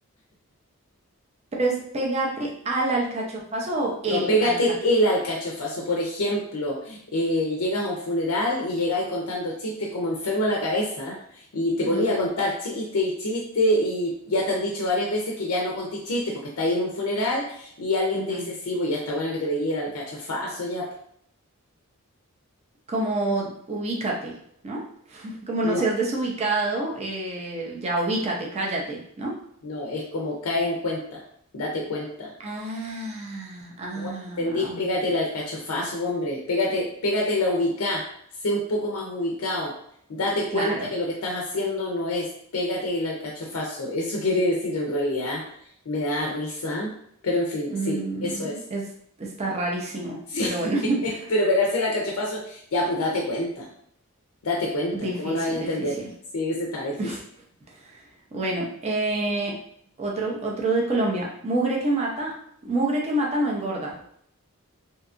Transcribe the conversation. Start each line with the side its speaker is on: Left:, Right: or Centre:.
Right: Pero es pégate al alcachofazo o el
Left: No, pégate
Right: alcachofa.
Left: el alcachofazo. Por ejemplo, eh, llegas a un funeral y llegáis contando chistes como enfermo de la cabeza y te ponía
Right: Mm,
Left: a contar chistes y chistes y ya te han dicho varias veces que ya no contí chistes porque estáis en un funeral y alguien
Right: ujú.
Left: te dice, sí, pues ya está bueno que te pegué el alcachofazo ya.
Right: como ubícate, ¿no? <laughs> Como
Left: No,
Right: no seas desubicado, eh, ya ubícate, cállate, ¿no?
Left: no, es como cae en cuenta, date cuenta.
Right: Ah, ah,
Left: ¿Cómo no entendís? Pégate el alcachofazo, hombre. Pégate, pégate la ubicá. Sé un poco más ubicado. Date
Right: claro.
Left: cuenta que lo que estás haciendo no es pégate el alcachofazo. Eso <laughs> quiere decir en realidad, me da risa, pero en fin,
Right: Mm,
Left: sí, eso es.
Right: es, está rarísimo,
Left: Sí,
Right: pero bueno, <laughs>
Left: <laughs> pero pegarse el alcachofazo, ya pues date cuenta, date cuenta,
Right: difícil,
Left: ¿cómo no hay a entender?
Right: difícil.
Left: Sí, ese está difícil.
Right: <laughs> Bueno, eh, otro, otro de Colombia. Mugre que mata, mugre que mata no engorda.